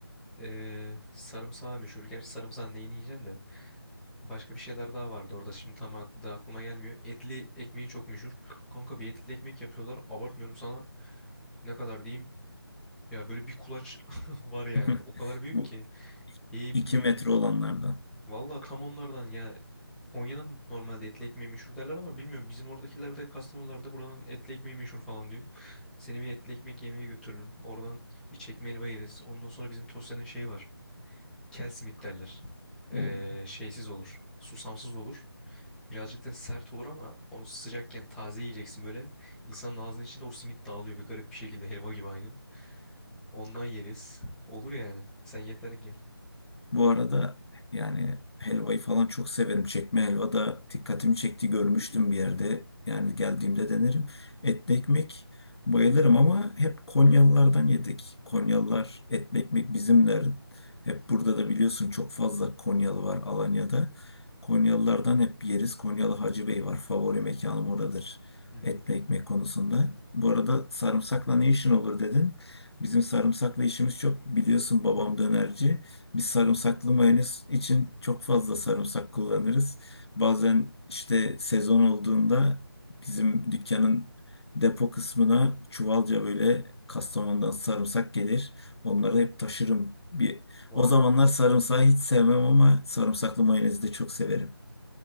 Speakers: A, in the centre; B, on the left.
A: ee, sarımsağı meşhur. Gerçi sarımsağın neyini yiyeceksin de. Başka bir şeyler daha vardı orada. Şimdi tam adı aklıma gelmiyor. Etli ekmeği çok meşhur. Kanka bir etli ekmek yapıyorlar. Abartmıyorum sana. Ne kadar diyeyim? Ya böyle bir kulaç <laughs> var yani.
B: <laughs>
A: O kadar büyük
B: bu
A: ki. Ye
B: 2
A: bitmiyor.
B: metre olanlardan.
A: Valla tam onlardan ya Konya'nın normalde etli ekmeği meşhur derler ama bilmiyorum bizim oradakiler de Kastamonular da buranın etli ekmeği meşhur falan diyor. Seni bir etli ekmek yemeye götürürüm. Oradan bir çekme helva yeriz. Ondan sonra bizim Tosya'nın şeyi var. Kel simit derler.
B: Oo.
A: Ee, şeysiz olur. Susamsız olur. Birazcık da sert olur ama onu sıcakken taze yiyeceksin böyle. İnsanın ağzının içinde o simit dağılıyor bir garip bir şekilde helva gibi aynı. Ondan yeriz. Olur yani. Sen yeter ki gel.
B: Bu arada yani helvayı falan çok severim. Çekme helva da dikkatimi çekti görmüştüm bir yerde. Yani geldiğimde denerim. Etli ekmek bayılırım ama hep Konyalılardan yedik. Konyalılar etli ekmek bizimler. Hep burada da biliyorsun çok fazla Konyalı var Alanya'da. Konyalılardan hep yeriz. Konyalı Hacı Bey var. Favori mekanım oradır.
A: Hı hı.
B: Etli ekmek konusunda. Bu arada sarımsakla ne işin olur dedin. Bizim sarımsakla işimiz çok biliyorsun babam dönerci. Biz sarımsaklı mayonez
A: Evet.
B: için çok fazla sarımsak kullanırız. Bazen işte sezon olduğunda bizim dükkanın depo kısmına çuvalca böyle Kastamonu'dan sarımsak gelir. Onları hep taşırım. Bir,
A: Vay
B: o zamanlar
A: be.
B: sarımsağı hiç sevmem ama sarımsaklı mayonezi de çok severim.